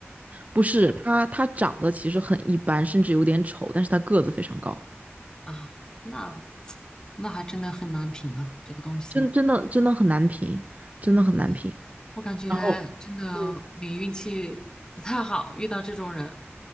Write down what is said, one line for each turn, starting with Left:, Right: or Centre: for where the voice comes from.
Right: 不是，他他长得其实很一般，甚至有点丑，但是他个子非常高。
Left: 啊那那还真的很难评啊，这个东西。
Right: 真真的真的很难评，真的很难评。
Left: 嗯，我感觉真的你运气不太好，
Right: 然后，嗯，
Left: 遇到这种人。